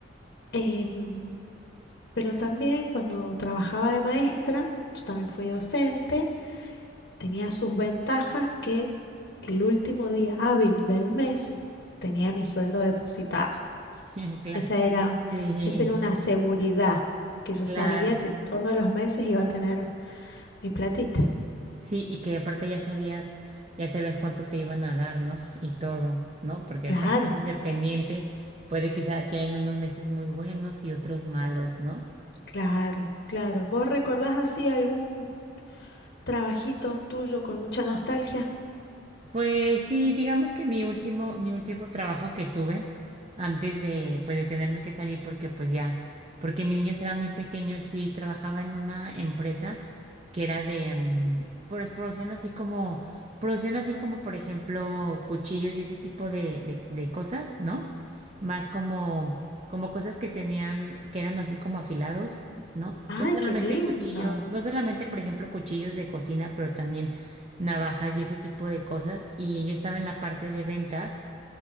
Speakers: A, on the left (about 60°); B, on the right (about 35°).
A: em, pero también cuando trabajaba de maestra, yo también fui docente. Tenía sus ventajas que el último día hábil del mes tenía mi sueldo depositado.
B: <laughs> Claro,
A: Esa era,
B: sí,
A: esa era una seguridad que yo
B: claro.
A: sabía que todos los meses iba a tener mi platita.
B: Sí, y que aparte ya sabías, ya sabías cuánto te iban a dar, ¿no? Y todo, ¿no? Porque
A: Claro,
B: acá independiente puede que sea que hayan unos meses muy buenos y otros malos, ¿no?
A: claro, claro. ¿Vos recordás así algún trabajito tuyo con mucha nostalgia?
B: Pues sí, digamos que mi último, mi último trabajo que tuve antes de, pues, de tenerme que salir porque pues ya, porque mis niños eran muy pequeños, sí, trabajaba en una empresa que era de, mm, pues, produciendo así como, produciendo así como, por ejemplo, cuchillos y ese tipo de, de, de cosas, ¿no? Más como, como cosas que tenían, que eran así como afilados, ¿no?
A: Ay,
B: No solamente
A: qué lindo.
B: cuchillos, no solamente, por ejemplo, cuchillos de cocina, pero también navajas y ese tipo de cosas. Y yo estaba en la parte de ventas.